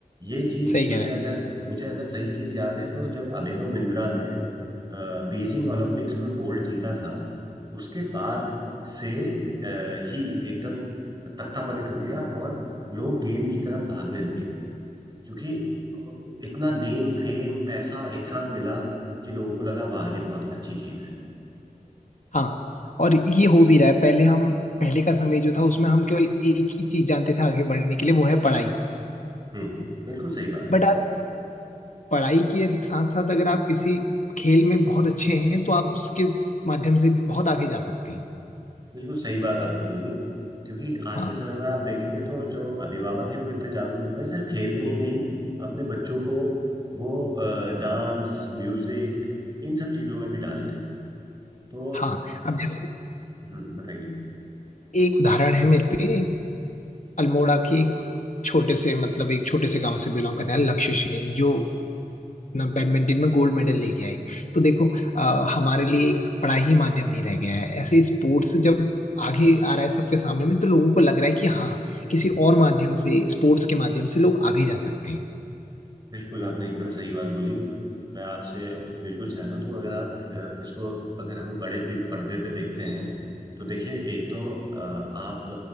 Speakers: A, on the right; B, on the left.
A: ये चीज
B: सही
A: मुझे
B: कह रहे हैं
A: अगर मुझे अगर सही चीज याद है तो जब अभिनव बिंद्रा ने अ, बीजिंग ओलंपिक्स में गोल्ड जीता था उसके बाद से अ, ही एकदम तख्ता पलट हो गया और लोग गेम की तरफ भागने लगे क्योंकि इतना नेम फेम पैसा एक साथ मिला कि लोगों को लगा वाह ये बहुत अच्छी चीज है
B: हाँ और ये हो भी रहा है पहले हम पहले का समय जो था उसमें हम केवल एक ही चीज जानते थे आगे बढ़ने के लिए वो है पढ़ाई
A: हम्म बिल्कुल सही बात
B: बट
A: है
B: आप पढ़ाई के साथ साथ अगर आप किसी खेल में बहुत अच्छे हैं तो आप उसके माध्यम से भी बहुत आगे जा सकते हैं
A: बिल्कुल सही बात आपने बोली क्योंकि आज
B: हाँ
A: के समय में आप देखेंगे तो जो अभिभावक हैं वो इतने जागरूक हो गए हैं, सिर्फ खेल में ही नहीं अपने बच्चों को वो डांस म्यूजिक इन सब चीजों में भी डाल रहे हैं तो
B: हाँ अब जैसे
A: हम्म, बताइए
B: एक उदाहरण है मेरे पे अल्मोड़ा की एक छोटे से मतलब एक छोटे से गांव से बिलोंग करने वाले लक्ष्य सेन जो अपना बैडमिंटन में गोल्ड मेडल लेके आई तो देखो अ, हमारे लिए एक पढ़ाई ही माध्यम नहीं रह गया है ऐसे स्पोर्ट्स जब आगे आ रहा है सबके सामने में तो लोगों को लग रहा है कि हाँ किसी और माध्यम से स्पोर्ट्स के माध्यम से लोग आगे जा सकते हैं
A: बिल्कुल आपने एकदम सही बात बोली मैं आपसे बिल्कुल सहमत हूँ अगर आप अ, इसको अगर हम बड़े पे- पर्दे पे देखते हैं तो देखिए एक तो अ, आप